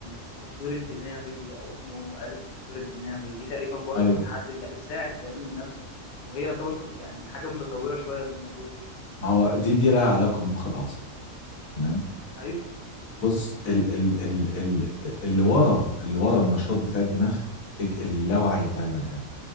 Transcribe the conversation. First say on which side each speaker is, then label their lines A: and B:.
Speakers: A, on the left; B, on the left.
A: التصوير الدماغي أو اسمه آلة التصوير الدماغي دي تقريبا برضو
B: ايوه
A: بتحدد يعني بتساعد في علم النفس وهي يعتبر تط- يعني حاجة متطورة شوية للموضوع
B: ما هو دي دي لها علاقة بمخ الاعصاب تمام
A: أيوه
B: بص ال ال ال ال اللي ورا اللي ورا النشاط بتاع الدماغ الج- اللاوعي بتاع البني ادم